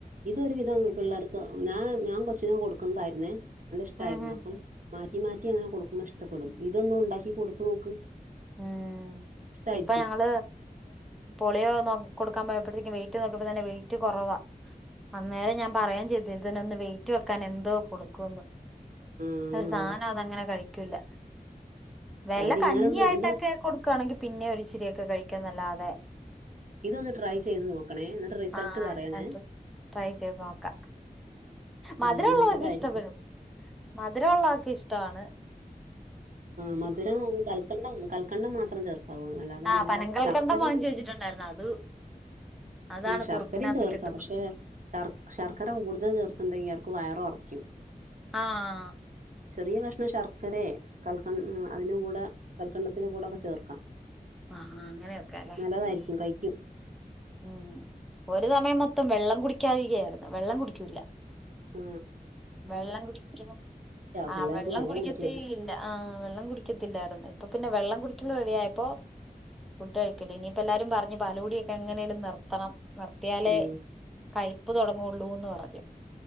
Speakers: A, on the right; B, in the centre.
A: ഇതൊരു വിധം പിള്ളേർക്ക് ഞാൻ ഞാൻ കൊച്ചിനെ കൊടുക്കുന്നതായിുന്നേ നല്ല ഇഷ്ടായിരുന്നു
B: ഉം ഉം
A: അപ്പം മാറ്റി മാറ്റി അങ്ങനെ കൊടുക്കുമ്പോ ഇഷ്ടപ്പെടും ഇതൊന്നും ഉണ്ടാക്കി കൊടുത്തു നോക്ക്
B: ഉം
A: ഇഷ്ടായിരിക്കും
B: ഇപ്പൊ ഞങ്ങള് പോളിയോ നോ കൊടുക്കാൻ പോ യപ്പോഴത്തേക്കും വെയ്റ്റ് നോക്കിയപ്പോ തന്നെ വെയ്റ്റ് കുറവ അന്നേരം ഞാൻ
A: ആഹ്
B: പറയേയും ചെയ്ത് അതിനൊന്ന് വെയിറ്റ് വെക്കാൻ എന്തോ കൊടുക്കുന്ന്
A: ഉം
B: ഒരു സാധനം അതങ്ങനെ കഴിക്ക ക്കൂല്ല വല്ല
A: അതിങ്ങനൊന്ന്
B: കഞ്ഞിയായിട്ടൊക്കെ
A: ഇത്
B: കൊടുക്കുവാണെങ്കിൽ ഇച്ചിരിയൊക്കെ കഴിക്കുന്നല്ലാതെ
A: ഇതൊന്ന് ട്രൈ ചെയ്ത് നോക്കണേ എന്നിട്ട് റിസൾട്ട്
B: ആഹ്
A: പറയണേ
B: അല്ലാണ്ട് ട്രൈ ചെയ്ത് നോക്കാ മധുരം
A: ആഹ് നല്ലതായിരിക്കും
B: ഉള്ളതൊക്കെ ഇഷ്ടപ്പെടും മധുരം ഉള്ളൊക്കെ ഇഷ്ടാണ്
A: ആ മധുരം കൽക്കണ്ടം കൽക്കണ്ടം മാത്രം ചേർ ക്കാവു അല്ലാതെ
B: ആഹ്
A: നമ്മള്
B: പനങ്കൽക്കണ്ടം
A: ശർക്കരയും
B: വാങ്ങിച്ചു വെച്ചിട്ടുണ്ടായിരുന്നു അത് അതാണ്
A: ആ ശർക്കരയും
B: കുറുക്കിനകത്തൊക്കെ
A: ചേർക്കാം പക്ഷെ
B: ഇട്ട്
A: ശർ ശർക്കര കൂടുതൽ ചേർത്തുണ്ടെങ്കിൽ അവർക്ക് വയറ് കൊറ ക്കും
B: ആ
A: ചെറിയ കഷ്ണം ശർക്കരെ കൽക്ക അതിന്റെ കൂടെ കൽക്കണ്ടത്തിന്റെ കൂടെ ഒക്കെ ചേർക്കാം
B: ആ ആ അങ്ങനെ ചേർക്കല്ലെ
A: നല്ലതായിരിക്കും
B: ഉം
A: കഴിക്കും
B: ഉം ഒരു സമയം മൊത്തം വെള്ളം കുടിക്കാവുകയായിരുന്നു വെള്ളം കുടിക്കൂല്ല
A: ആ
B: വെള്ളം കുടിക്കണം ആഹ്
A: പിള്ളേർക്ക്
B: വെള്ളം കുടിക്കത്തേ
A: കുടിക്കാൻ
B: ഇല്ല ആ വെള്ളം കുടിക്കത്തില്ലായിരുന്നു ഇപ്പം പിന്നെ വെള്ളം കുടിക്കല് റെഡിയായപ്പോ ഫുഡ് കഴിക്കല് ഇനിയിപ്പ എല്ലാരും പറഞ്ഞു പാല് കൂടിയൊക്കെ എങ്ങനേലും നിർത്തണം നിർത്തിയാലേ
A: ഉം
B: കഴിപ്പ് തുടങ്ങുള്ളൂന്ന് പറഞ്ഞു